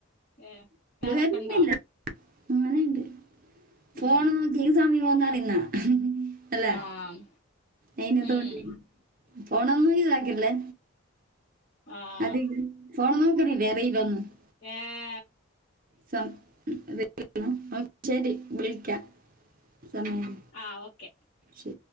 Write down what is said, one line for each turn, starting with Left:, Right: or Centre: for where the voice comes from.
Left: ഏഹ് <unintelligible>
Right: വരുന്നില്ല
Left: കണ്ടാ
Right: അങ്ങനെയുണ്ട് ഫോൺ
Left: ഉം
Right: നോക്കിയെ ഏത് സമയമാന്നു അറിന്നാ അല്ലേ
Left: ആഹ്
Right: അയിന് തോണ്ടി
Left: ഉം
Right: ഫോണെനൊന്നും ഇതാക്കില്ലേ
Left: ആഹ്
Right: അതി ഫോൺ ഒന്നും <unintelligible>
Left: ഏഹ്
Right: സം <inaudible> ഓഹ് ശരി വിളിക്കാം സമയം
Left: ആഹ് ഓക്കെ
Right: ശരി